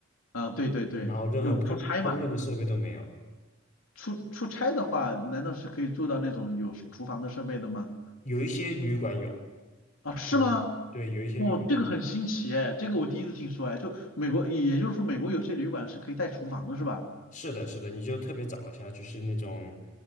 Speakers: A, on the left; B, on the left.
A: 啊，对对对，
B: 然后任何烹烹饪的设备都没有，
A: 就出差嘛？出出差的话，难道是可以住到那种有厨房的设备的吗？
B: 有一些旅馆有，
A: 啊，是吗？
B: 有对，有一些旅馆是。
A: 哦，这个很新奇哎，这个我第一次听说哎，就美国，也就是说美国有些旅馆是可以带厨房的是吧
B: 是的，是的，你就特别找一下，就是那种